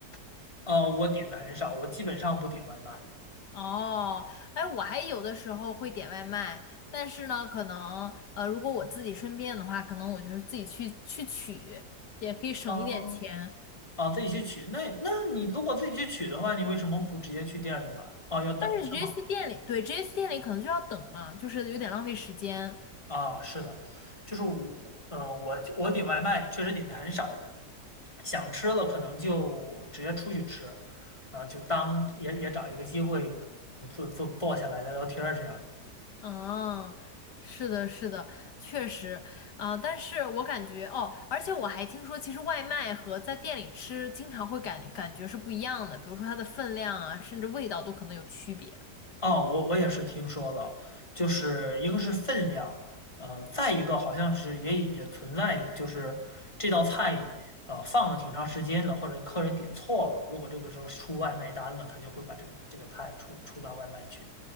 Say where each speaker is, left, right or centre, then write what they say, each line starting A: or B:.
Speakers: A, on the left (about 15°); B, on the left (about 75°).
A: <laughs> 啊，我点的很少，我基本上不点外卖。
B: 哦，哎，我还有的时候会点外卖，但是呢，可能呃，如果我自己顺便的话，可能我就是自己去去取，也可以省一点钱。
A: 哦啊，自己去取。那那你如果自己去取的话，你为什么不直接去店里买？哦，要等是吗？
B: 但是直接去店里，对直接去店里可能就要等嘛，就是有点浪费时间。
A: 啊，是的，就是我，嗯、我我点外卖确实点的很少，想吃了可能就直接出去吃，啊，就当也也找一个机会坐坐坐下来聊聊天儿这样。
B: 嗯，是的，是的，确实啊，但是我感觉哦，而且我还听说，其实外卖和在店里吃经常会感感觉是不一样的，比如说它的分量啊，甚至味道都可能有区别。
A: 哦，我我也是听说了，就是一个是分量，呃，再一个好像是也也存在，就是这道菜呃放了挺长时间了，或者客人点错了，如果这个时候出外卖单了，他就会把这个这个菜出出到外卖去